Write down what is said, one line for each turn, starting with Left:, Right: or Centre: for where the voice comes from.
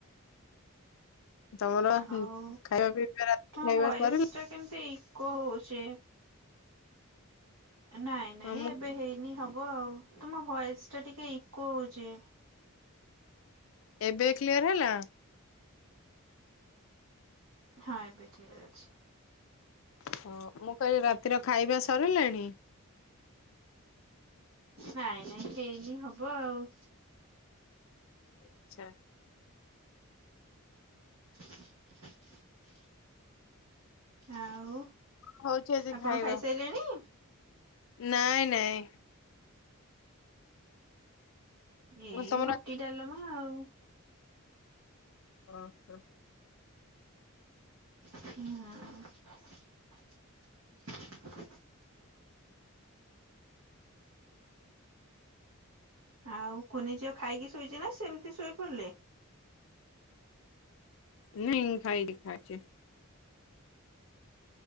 Left: ତମର
Right: ହଉ
Left: ଖାଇବା ପିଇବା ରାତି
Right: ତମ
Left: ଖାଇବା
Right: ବୟସ
Left: ସରିଲା?
Right: ଟା କେମିତି ଇକୋ ହଉଛି। ସେ ନାଇଁ ନାଇଁ
Left: ହଁ ମୁଁ
Right: ଏବେ ହେଇନି ହବ। ହବ ଆଉ ତୁମ ଭୟସ ଟା ଟିକେ ଇକୋ ହଉଛି।
Left: ଏବେ କ୍ଲିୟର ହେଲା।
Right: ହଁ ଏବେ ଠିକ୍ ଅଛି।
Left: ହଁ ମୁଁ କହିଲି ରାତିର ଖାଇବା ସରିଲାଣି?
Right: ନାଇଁ ନାଇଁ ହେଇନି ହବ ଆଉ।
Left: ଆଛା।
Right: <inaudible> ଆଉ
Left: ହଉଛି ଆଜି
Right: ଆପଣ
Left: ଖାଇବା
Right: ଖାଇସାରିଲେଣି?
Left: ନାଇଁ ନାଇଁ।
Right: ଏଇ
Left: ମୁଁ କହିଲି ତମର
Right: ରୁଟି ଡାଲମା ଆଉ।
Left: ଓ ହୋ।
Right: ହ ହଁ। ଆଉ କୁନିଝିଅ ଖାଇକି ଶୋଇଛି ନା ସେମିତି ଶୋଇପଡିଲେ।
Left: ନାଇଁ ଖାଇକି ଖାଇଛେ।